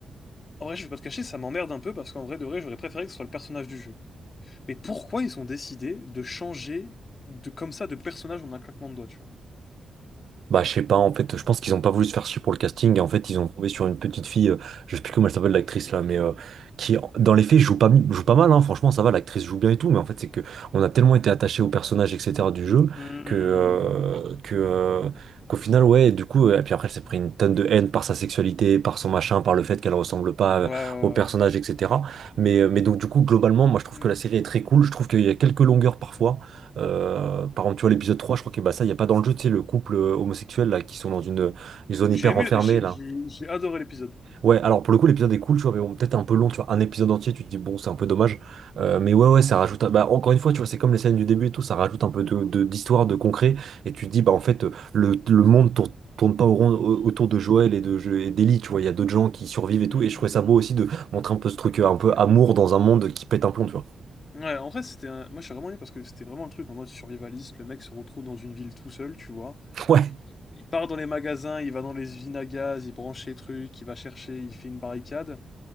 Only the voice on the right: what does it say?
Bah, je sais pas, en fait, je pense qu'ils ont pas voulu se faire chier pour le casting, et en fait, ils ont tombé sur une petite fille, euh, je sais plus comment elle s'appelle l'actrice là, mais euh, qui, dans les faits, joue pas, mi- joue pas mal, hein, franchement, ça va, l'actrice joue bien et tout, mais en fait, c'est que on a tellement été attaché au personnage, etc., du jeu,
que, euh, que, euh, qu'au final, ouais, du coup, euh, et puis après, elle s'est pris une tonne de haine par sa sexualité, par son machin, par le fait qu'elle ressemble pas
euh,
au personnage, etc. Mais, euh, mais donc, du coup, globalement, moi, je trouve
que la série est très cool, je trouve qu'il y a quelques longueurs parfois, euh, par exemple, tu vois, l'épisode 3, je crois que bah, ça, il n'y a pas dans le jeu, tu sais, le couple euh, homosexuel, là, qui sont dans une, une zone
hyper
enfermée,
là.
Ouais, alors pour le coup, l'épisode est cool, tu vois, mais bon, peut-être un peu long, tu vois, un épisode entier, tu te dis, bon, c'est un peu dommage. Euh, mais ouais, ouais, ça rajoute, un- bah, encore une fois, tu vois, c'est comme les scènes du début et tout, ça rajoute un peu de, de- d'histoire, de concret, et tu te dis, bah, en fait, le, le monde tourne, tourne pas au rond- au- autour de Joël et de et d'Ellie, tu vois, il y a d'autres gens qui survivent et
tout, et je
trouvais ça beau aussi de montrer un peu ce truc, euh, un peu amour dans un monde qui pète un plomb, tu vois.
<laughs> Ouais.